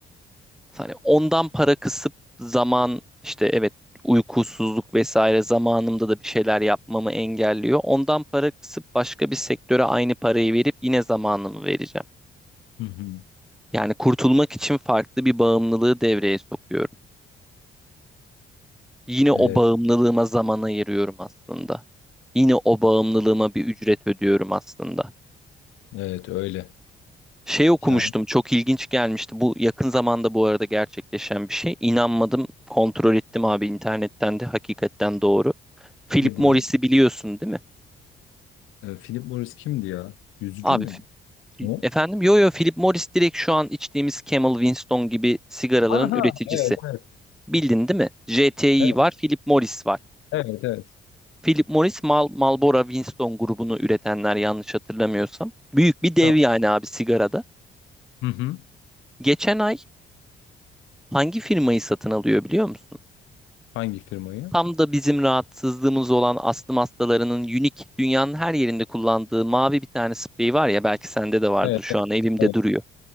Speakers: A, in the centre; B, on the left.
A: Hani ondan para kısıp zaman işte evet uykusuzluk vesaire zamanımda da bir şeyler yapmamı engelliyor. Ondan para kısıp başka bir sektöre aynı parayı verip yine zamanımı vereceğim.
B: Hı hı.
A: Yani kurtulmak için farklı bir bağımlılığı devreye sokuyorum. Yine
B: Evet,
A: o bağımlılığıma zaman ayırıyorum aslında. Yine o bağımlılığıma bir ücret ödüyorum aslında.
B: evet öyle.
A: Şey okumuştum
B: Yani
A: çok ilginç gelmişti. Bu yakın zamanda bu arada gerçekleşen bir şey. İnanmadım kontrol ettim abi internetten de hakikaten doğru. Philip
B: nedir
A: Morris'i
B: o?
A: biliyorsun değil mi?
B: Ee, Philip Morris kimdi ya? Yüzücü
A: Abi
B: müydü? O?
A: efendim yo yo Philip Morris direkt şu an içtiğimiz Camel Winston gibi sigaraların
B: Aha,
A: üreticisi.
B: evet, evet,
A: Bildin değil mi? JTI
B: evet,
A: var, Philip Morris var.
B: evet, evet.
A: Philip Morris Mal Marlboro Winston grubunu üretenler yanlış hatırlamıyorsam. Büyük bir dev
B: Tamam.
A: yani abi sigarada.
B: Hı hı.
A: Geçen ay hangi firmayı satın alıyor biliyor musun?
B: Hangi firmayı?
A: Tam da bizim rahatsızlığımız olan astım hastalarının unik dünyanın her yerinde kullandığı mavi bir tane sprey var ya belki sende de vardır
B: Evet,
A: şu
B: evet.
A: an evimde
B: evet.
A: duruyor.